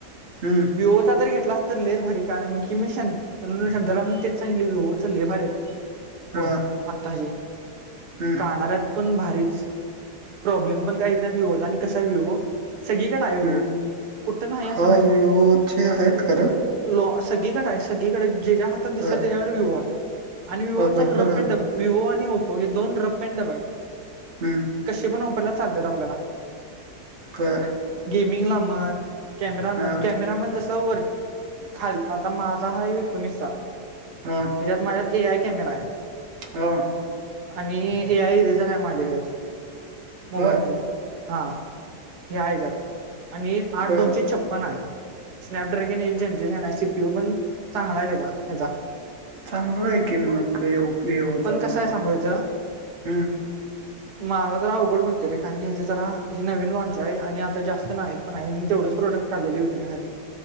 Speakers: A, on the right; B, on the right.
A: हम्म.
B: विओचा तर घेतलास तर लयच भारी कारण की मी शन- तर न शांत्याला पण तेच सांगितलं व्हीवोचं लय भारीयत. पण
A: हो
B: आता जे
A: हम्म
B: काडाला. पण भारीच प्रॉब्लेम पण काईत नाईत व्हीवोच आणि कसा व्हीवो- सगळीकडं हाय विहवो
A: हम्म
B: कुठं न्हाई असं
A: हो
B: नाई.
A: विवोचे आहेत खरं
B: लॉ सगळीकडंय सगळीकडं ज्या ज्या हातात दिसेल
A: होय
B: त्याच्याकडं व्हीवोय आणि व्हीवोचा
A: होय भरपूर
B: रप
A: आहे.
B: अँड डब- विवो आणि ओपो हे दोन रप अँड टपायत.
A: हम्म.
B: कशे पण वापरल्या चालत्यात आपल्याला.
A: तर.
B: गेमिंग ला मन कॅमेरा
A: हा
B: मन कॅमेरा मन जसं वर- खाल आता माझा हाय एकोणीस चा.
A: हा.
B: ह्याच्यात माझ्यात ए आय कॅमेराय.
A: हा.
B: आणि ए आय इरेझराय माझ्या यात मोबाईल
A: होय
B: मध्ये हा. हे आहे एच्यात आणि आठ
A: बर
B: दोनशे छप्पन आहे. स्नॅपड्रॅगन एट झेंनं चा आहे सीपीओ पण चांगला आहे त्याचा ह्याचा
A: चांगला ये की मग येपोयो चा
B: कसं
A: पण
B: आहे
A: मग
B: सांगू याचं
A: हम्.
B: मला जरा अवघड पडते रे, कारण की हे जरा हे नवीन लॉन्चये. <unintelligible> आणि आता जास्त नाही पण तेवढंच प्रोडक्ट काढलेले विकण्यासाठी.